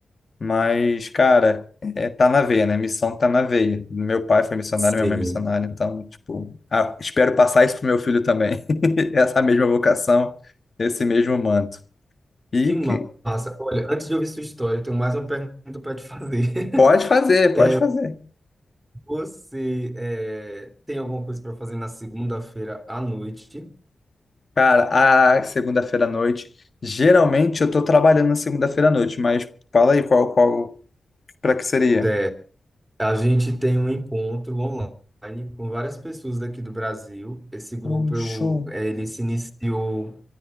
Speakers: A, on the left (about 50°); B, on the right (about 20°).
A: Mas, cara, é, tá na veia, né? Missão tá na veia. Meu pai foi missionário,
B: Sim.
A: minha mãe é missionária, então, tipo, ah, espero passar isso pro meu filho também. <laughs> Essa mesma vocação, esse mesmo manto. E
B: Que massa.
A: que
B: Olha, antes de ouvir sua história, eu tenho mais uma pergunta para te fazer. <laughs>
A: pode fazer, pode
B: É,
A: fazer.
B: você é, tem alguma coisa para fazer na segunda-feira à noite?
A: Cara, a segunda-feira à noite, geralmente eu tô trabalhando na segunda-feira à noite, mas fala aí qual, qual, para que seria?
B: É, A gente tem um encontro online com várias pessoas daqui do Brasil. Esse grupo
A: Um show.
B: eu, eh, ele se iniciou